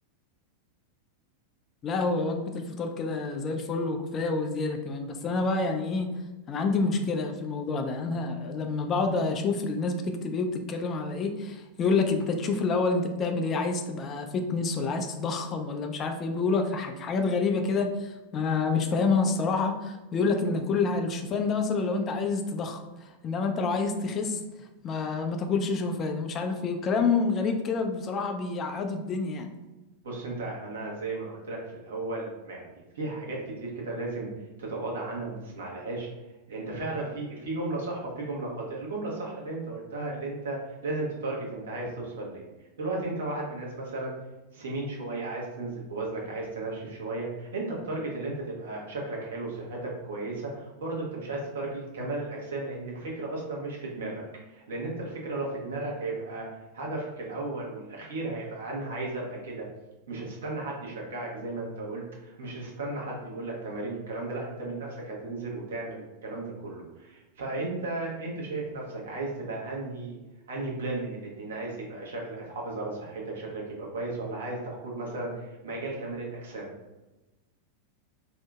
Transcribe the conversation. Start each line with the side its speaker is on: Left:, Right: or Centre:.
Left: لا هو وجبة الفطار كده زي الفل وكفاية وزيادة كمان بس أنا بقى يعني إيه أنا عندي مشكلة في الموضوع ده أنا لما بقعد أشوف الناس بتكتب إيه وبتتكلم على إيه يقول لك أنت تشوف الأول أنت بتعمل إيه عايز تبقى فتنس ولا عايز تضخم ولا مش عارف إيه بيقول لك حاج- حاجات غريبة كده ما مش فاهمها الصراحة بيقول لك إن كل ح- الشوفان ده مثلا لو أنت عايز تضخم إنما أنت لو عايز تخس ما ما تاكلش شوفان مش عارف إيه وكلام غريب كده بصراحة بيعقدوا الدنيا يعني
Right: بص انت انا زي ما انا قلت لك في الاول ما يعني في حاجات كتير كده لازم تتغاضى عنها وما تسمع لهاش انت فعلا في في جمله صح وفي جمله خاطئه الجمله الصح اللي انت قلتها اللي انت لازم تتارجت انت عايز توصل ليه دلوقتي انت واحد من الناس مثلا سمين شويه عايز تنزل بوزنك عايز تنشف شويه انت متارجت اللي انت تبقى شكلك حلو صحتك كويسه برضه انت مش عايز تتارجت كمال الاجسام لان الفكره اصلا مش في دماغك لان انت الفكره لو في دماغك هيبقى هدفك الاول والاخير هيبقى انا عايز ابقى كده مش هتستنى حد يشجعك زي ما انت قلت مش هتستنى حد يقول لك تمارين والكلام ده لا انت من نفسك هتنزل وتعمل الكلام ده كله فانت انت شايف نفسك عايز تبقى انهي انهي بلان من الاتنين عايز يبقى شكلك تحافظ على صحتك شكلك يبقى كويس ولا عايز تاخد مثلا مجال كمال الاجسام